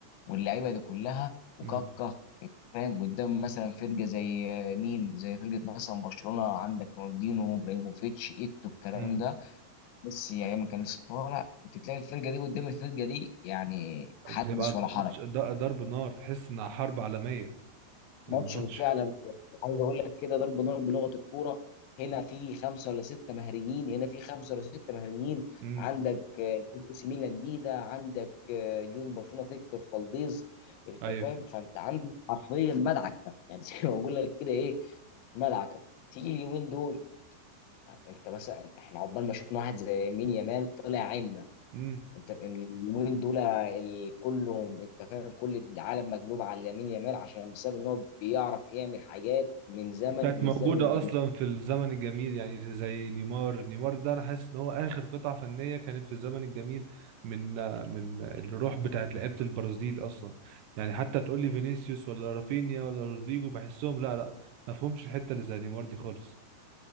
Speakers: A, on the left; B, on the right.
A: واللعيبه دي كلها وكاكا
B: امم
A: فاهم قدام مثلا فرقه زي مين زي فرقه مثلا برشلونه عندك رونالدينو ابراهيموفيتش ايتو الكلام
B: امم
A: ده بس يعني ما كان لسه طالع كنت تلاقي الفرقه دي قدام الفرقه دي يعني حدث
B: بتبقى
A: ولا حرج
B: ماتش ض- ضرب نار تحس انها حرب عالمية
A: ماتش
B: الماتش
A: فعلا عايز اقول لك كده ضرب نار بلغه الكوره هنا في خمسه ولا سته مهريين هنا في خمسه ولا سته مهريين
B: امم
A: عندك آه، اي سي ميلان ديدا عندك آه، يون برشلونه فيكتور فالديز انت
B: ايوه
A: فاهم فانت عندك حرفيا مدعكه يعني <laughs> زي ما بقول لك كده ايه مدعكه تيجي اليومين دول انت مثلا احنا عقبال ما شفنا واحد زي مين يامال طلع عنا
B: امم
A: انت إن اليومين دول ال- كلهم انت فاهم كل العالم مقلوب على لامين يامال عشان بسبب ان هو بيعرف يعمل حاجات من زمن
B: كانت
A: من
B: موجودة
A: الزمن الجميل
B: اصلا في الزمن الجميل يعني زي نيمار نيمار ده انا حاسس ان هو اخر قطعة فنية كانت في الزمن الجميل من من الروح بتاعت لعيبة البرازيل اصلا يعني حتى تقول لي فينيسيوس ولا رافينيا ولا رودريجو بحسهم لا لا ما فهمش الحتة اللي زي نيمار دي خالص